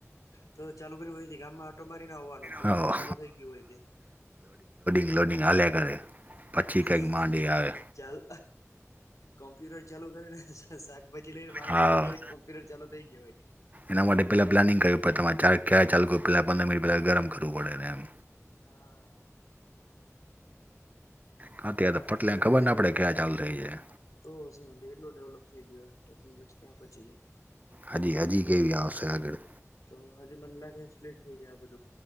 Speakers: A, on the left; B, on the right.
A: તો ચાલુ કર્યું હોય ગામમાં ઓટો મારી ને આવાનું તો
B: ઓ
A: ચાલુ થઈ ગયું હોય ત્યાં.
B: લોડીંગ હાલ્યા કરે. પછી
A: <unintelligible>
B: કંઈક માંડી આવે
A: ચાલ કોમ્પ્યુટર ચાલુ કરે ને શાકભાજી લઈને માણસ
B: હા
A: આવી જાય. કમ્પ્યુટર ચાલુ થઈ ગયો હોય.
B: એના માટે પહેલા પ્લાનિંગ કરવી પડે તમારે ચ ક્યારે ચાલુું પેલા પંદર મિનિટ પહેલા ગરમ કરવું પડે એમ.
A: હા.
B: હા
A: પેલા
B: ત્યારે તો ફટલે
A: હવે
B: ખબર
A: ઘણું
B: ના
A: કેટલું
B: પડે ક્યાં ચાલુ થઈ જાય
A: તો શું કેટલું ડેવલપ થઈ ગયો ટેકનોલોજી ક્યાં પહોંચી ગઈ.
B: હજી હજી કેવી આવશે આગળ.
A: તો હજી મને લાગે સ્લીટ થઈ જાય બધું,